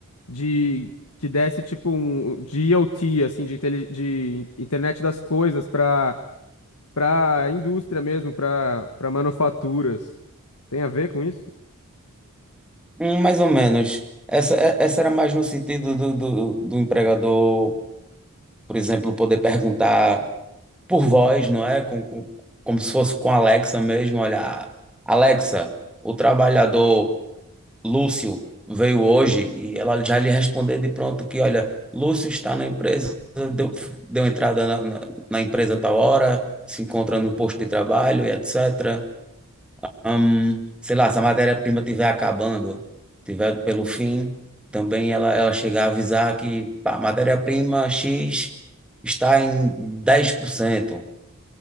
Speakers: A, on the left (about 85°); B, in the centre.
A: de que desse tipo um de IoT, assim, de, inteli- de internet das coisas para para indústria mesmo, para para manufaturas. Tem a ver com isso?
B: Hum, Mais ou menos. Essa, é- essa era mais no sentido do, do, do empregador, por exemplo, poder perguntar por voz, não é? Com, com- como se fosse com a Alexa mesmo. Olha, Alexa, o trabalhador Lúcio veio hoje e ela já lhe responder de pronto que, olha, Lúcio está na empresa, deu, deu entrada na, na, na empresa a tal hora, se encontra no posto de trabalho e etc. Hum, sei lá, se a matéria-prima estiver acabando, tiver pelo fim, também ela, ela chegar a avisar que pá, a matéria-prima X está em 10%,